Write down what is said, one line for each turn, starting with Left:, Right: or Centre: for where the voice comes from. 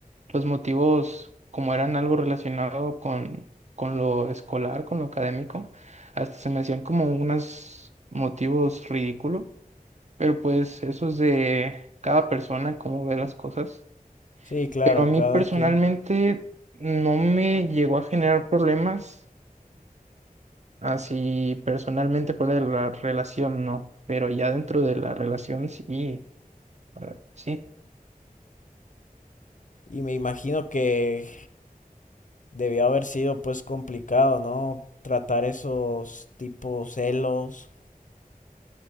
Right: los motivos, como eran algo relacionado con, con lo escolar, con lo académico, hasta se me hacían como unos motivos ridículos, pero pues eso es de cada persona, cómo ve las cosas.
Left: Sí, claro,
Right: Pero a mí
Left: cada
Right: personalmente
Left: quien.
Right: no me llegó a generar problemas, así personalmente fuera de la relación no, pero ya dentro de la relación sí, ah, sí,
Left: Y me imagino que debió haber sido pues complicado, ¿no? Tratar esos tipos celos